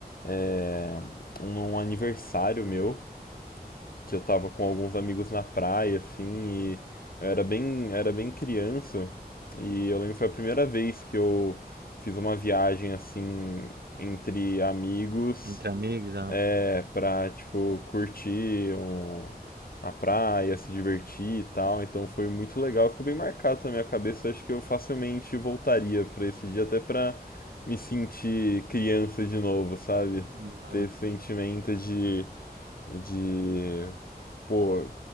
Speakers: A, on the left (about 60°); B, on the right (about 80°).
A: é, um um aniversário meu, que eu tava com alguns amigos na praia, assim, e eu era bem, era bem criança, e eu lembro que foi a primeira vez que eu fiz uma viagem assim entre amigos.
B: Entre amigos, ah,
A: é, pra, tipo, curtir um, a praia, se divertir e tal. Então foi muito legal, ficou bem marcado na minha cabeça. Acho que eu facilmente voltaria pra esse dia, até pra me sentir criança de novo, sabe?
B: é,
A: Ter esse sentimento de, de, pô,